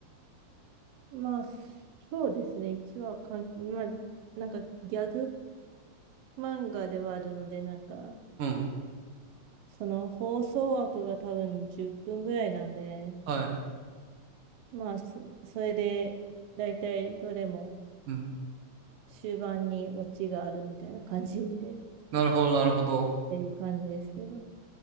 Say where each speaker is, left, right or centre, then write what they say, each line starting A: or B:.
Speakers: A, on the right; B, on the right.
A: まあ、そうですね。一話かん、まあ、なんかギャグ漫画ではあるので、なんか、
B: うん。
A: その放送枠が多分10分ぐらいなんで、
B: はい。
A: まあ、そ、それで、だいたいどれも
B: うん。
A: 終盤にオチがあるみたいな感じで、っ
B: なるほどなるほど。
A: ていう感じですけど。